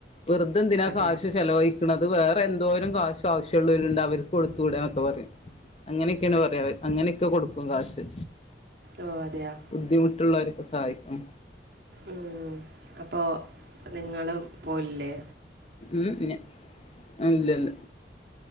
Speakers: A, on the left (about 35°); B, on the right (about 70°).
A: വെറതെന്തിനാ
B: അതെയോ
A: കാശ് ചെലവഴിക്കണുന്നത് <unintelligible> എന്തോരം കാശോ ആവശ്യമുള്ളവലണ്ട് അവർക്ക് കൊടുത്ത്കൂടന്നൊക്കെ പറയും അങ്ങനെയൊക്കെയാണ് പറയാ അങ്ങനെയൊക്കെ കൊടുക്കും കാശ്
B: ഓ അതെയോ
A: ബുദ്ധിമുട്ടുള്ളവരൊക്കെ സഹായിക്കും
B: ഉം അപ്പൊ നിങ്ങളും പോ ല്ലേ
A: ഉം ല ഇല്ലല്ല